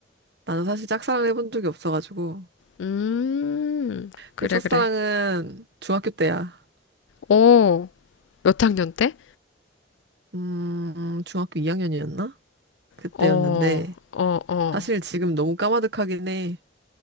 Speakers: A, on the right (about 60°); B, on the left (about 80°).
A: 나는 사실 짝사랑을 해본 적이 없어가지고.
B: 음, 그래
A: 내 첫사랑은
B: 그래.
A: 중학교 때야.
B: 어, 몇 학년 때?
A: 음, 중학교 2학년이었나? 그때였는데,
B: 어, 어, 어.
A: 사실 지금 너무 까마득하긴 해.